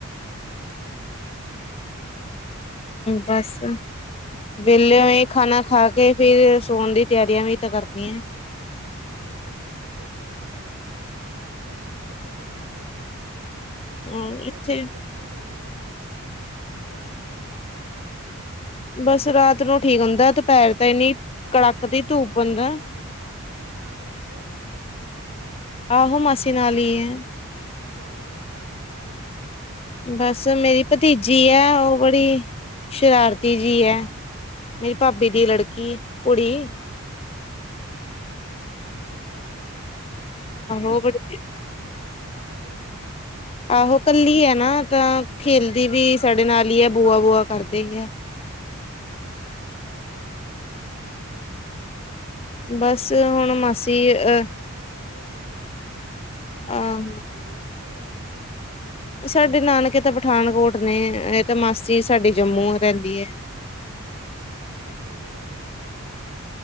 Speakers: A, on the right (about 65°); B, on the left (about 25°).
A: ਅੱਛਾ ਆਹੋ
B: ਬਸ, ਵਿਹਲੇ ਹੋਏ
A: ਬਣਾਉਂਦੇ
B: ਖਾਣਾ
A: ਪਏ
B: ਖਾ
A: ਉਹਨੇ
B: ਕੇ ਫਿਰ ਸੋਣ ਦੀ ਤਿਆਰੀਆਂ ਵਿਚ ਕਰਦੀ ਆ।
A: ਹਾਂ ਫੇਿਰ ਸੋਣ ਦੀ ਤਿਆਰੀ ਕਰ ਲਈ ਹੈਗੀ ਆ। ਅੱਜ ਤੇ ਸਾਡੇ ਇੱਥੇ ਗਰਮੀ ਬੜੀ ਹੈਗੀ ਆ।
B: ਹਮ
A: ਤੁਸੀਂ ਤੇ
B: ਇੱਥੇ
A: ਖੈਰ ਜੰਮੂ ਗਏ ਹੈਗੇ ਹੋ ਠੀਕ ਹੋ ਜਾਂਦਾ ਰਾਤ ਨੂੰ।
B: ਬਸ ਰਾਤ ਨੂੰ ਠੀਕ ਹੁੰਦਾ। ਦੁਪਹਿਰ
A: ਹਮ
B: ਤਾਂ ਇੰਨੀ
A: ਤੁਹਾਡੀ
B: ਕੜਕ
A: ਅੱਛਾ
B: ਦੀ
A: ਮੰਮੀ
B: ਧੂਪ
A: ਵੀ
B: ਹੁੰਦਾ।
A: ਗਏ ਹੋਏ ਨੇ ਤੇ ਮਾਸੀ ਦੇ ਨਾਲ ਲੱਗੇ ਹੋਣੇ ਮੂੰ ਕੋਈ।
B: ਆਹੋ ਮਾਸੀ
A: ਹਾਂ।
B: ਨਾਲ ਹੀ ਹੈ
A: ਹੋਰ, ਸਾਰੇ ਘਰ। ਹਾਂ
B: ਬਸ
A: ਘਰ
B: ਮੇਰੀ
A: ਸਭ
B: ਭਤੀਜੀ
A: ਠੀਕ ਨੇ
B: ਹੈ,
A: ਤੁਹਾਡੇ?
B: ਉਹ ਬੜੀ ਸ਼ਰਾਰਤੀ ਜੀ ਹੈ। ਮੇਰੀ ਭਾਬੀ ਦੀ ਲੜਕੀ, ਕੁੜੀ।
A: ਹਾਂ। ਅੱਛਾ। ਉਹ ਕੁੜੀ।
B: ਆਹੋ
A: ਛੋਟੀ
B: ਬੜੀ
A: ਹੋਣੀ ਨਾ, ਸ਼ਰਾਰਤਾਂ ਕਰਦੀ ਹੋਣੀ।
B: ਆਹੋ ਕੱਲੀ ਹੈ ਨਾ, ਤਾਂ ਖੇਲਦੀ ਵੀ ਸਾਡੇ ਨਾਲ ਹੀ ਹੈ ਬੂਆ- ਬੂਆ ਕਰਦੇ ਹੀ ਹੈ।
A: ਹਾਂ। ਛੋਟੇ ਬੱਚੇ ਤਾਂ ਇੰਝ ਹੀ ਕਰਦੇ ਨੇ।
B: ਬਸ ਹੁਣ ਮਾਸੀ
A: ਛੁੱਟੀੀਆਂ
B: ਅਹ
A: ਪਈਆਂ ਤੇ। ਚੰਗੀ ਗੱਲ ਹੈਗੀ ਹੈ, ਤੇ ਤੁਹਾਡੇ
B: ਆਹੋ
A: ਨਾਨਕੇ ਵੀ ਉੱਥੇ ਹੀ ਹੈਗੇ ਨੇ।
B: ਸਾਡੇ ਨਾਨਕੇ ਤਾਂ ਪਠਾਨਕੋਟ ਨੇ। ਤੇ ਮਾਸੀ ਸਾਡੀ ਜੰਮੂ
A: ਅੱਛਾ, ਉੱਥੇ
B: ਰਹਿੰਦੀ
A: ਪਠਾਨਕੋਟ
B: ਹੈ।
A: ਨੇ। ਅੱਛਾ ਜੰਮੂ ਗਏ ਹੈਗੇ ਹੋ ਤੁਸੀਂ।